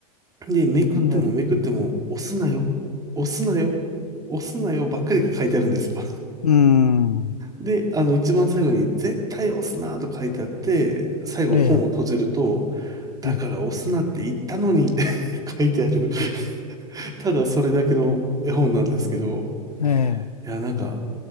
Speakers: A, on the right; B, on the left.
A: で、めくってもめくっても、
B: なんで、
A: 押すなよ、押すなよ、押すなよばっかりが書いてあるんですよ。
B: うん。
A: で、あの、一番最後に、絶対押すなと書いてあって、最後本を閉じると、
B: ええ。
A: だから押すなって言ったのにって
B: うん
A: <laughs> 書いてある、ただそれだけの絵本なんですけど、
B: ええ。
A: いや、なんか、